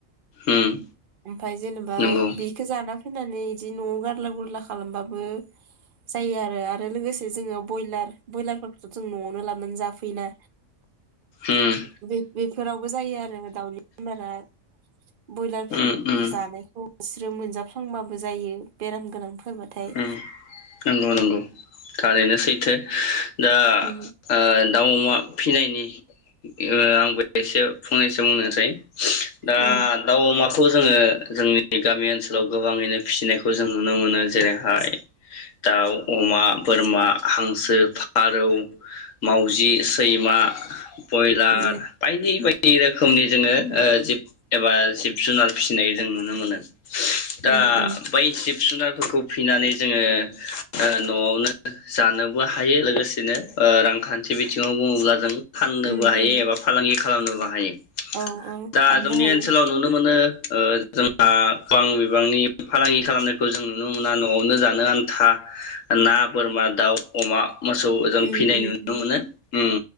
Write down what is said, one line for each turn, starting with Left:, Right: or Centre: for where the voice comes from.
Left: उम
Right: ओमफ्राय जेनेबा
Left: नंगौ
Right: बेखौ जाना फैनानै इदि न'आव गारला गुरला खालामबाबो जायो आरो आरो लोगोसे जोङो बयलार बयलारफोरखौथ' जों न'आवनो लाबनानै जाफैयोना
Left: उम
Right: बे बेफोरावबो जायो आरो दाउनि बेमारा। बयलारफोर
Left: उम उम
Right: जानायखौ बिसोरो मोनजाफ्लांबाबो जायो बेराम गोनांफोरबाथाय।
Left: उम नंगौ नंगौ थारैनो सैथो। दा
Right: उम
Left: ओ दाउ अमा फिनायनि ओ आंबो एसे फंनैसो बुंनोसै। दा
Right: उम
Left: दाउ, अमा खौ जोङो जोंनि गामि ओनसोलाव गोबाङैनो फिसिनायखौ जों नुनो मोनो जेरैहाय दाउ, अमा, बोरमा, हांसो, फारौ, मावजि, सैमा, बयलार
Right: उम
Left: बायदि बायदि दि रोखोमनि जोङो ओ जिब एबा जिब जुनार फिसिनाय जों नुनो मोनो। दा
Right: उम उम
Left: बै जिब जुनारफोरखौ फिनानै जोङो न'आवनो जानोबो हायो लोगोसेनो ओ रांखान्थि बिथिङाव बुङोब्ला जों फाननोबो
Right: उम
Left: हायो
Right: उम
Left: एबा फालांगि खालामनोबो हायो।
Right: औ औ
Left: दा
Right: हाबनो
Left: जोंनि
Right: हायो
Left: ओनसोलाव नुनो मोनो ओ जोंहा गोबां बिबांनि फालांगि खालामनायखौ जों नुनो मोना न'आवनो जानो आन्था ना बोरमा, दाउ, अमा, मोसौ, जों
Right: उम
Left: फिनाय
Right: उम
Left: नुनो
Right: उम
Left: मोनो उम